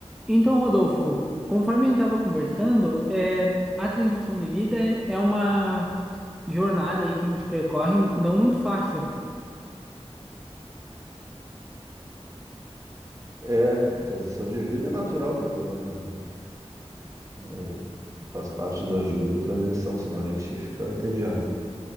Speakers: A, in the centre; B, on the right (about 30°).
A: Então, Rodolfo, conforme a gente estava conversando, é, a transição de vida é é uma jornada aí que a gente percorre não muito fácil.
B: É, transição de vida é natural, na verdade, né? É, Faz parte da vida a transição, senão a gente fica entediado.